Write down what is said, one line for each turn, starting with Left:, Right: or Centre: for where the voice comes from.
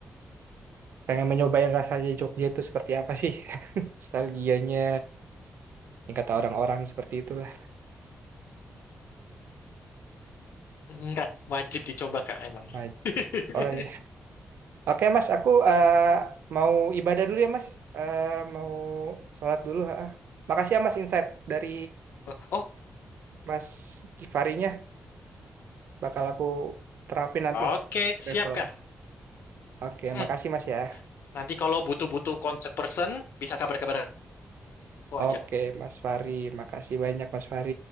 Right: pengen mencobain rasanya Jogja itu seperti apa sih <laughs> nostalgianya yang kata orang-orang seperti itulah
Left: Enggak wajib dicoba Kak emang.
Right: Wajib.
Left: <laughs>
Right: Oh iya oke Mas aku eh, mau ibadah dulu ya Mas Eh, mau sholat dulu ha. Makasih ya Mas insight dari
Left: Oh oh,
Right: Mas Kifarinya bakal aku terapin nanti
Left: oke
Right: travel
Left: siap Kak.
Right: Oke,
Left: Mm,
Right: makasih Mas ya.
Left: Nanti kalau butuh-butuh kontak person bisa kabar-kabar aku
Right: Oke,
Left: aja.
Right: Mas Fari. Makasih banyak Mas Fari.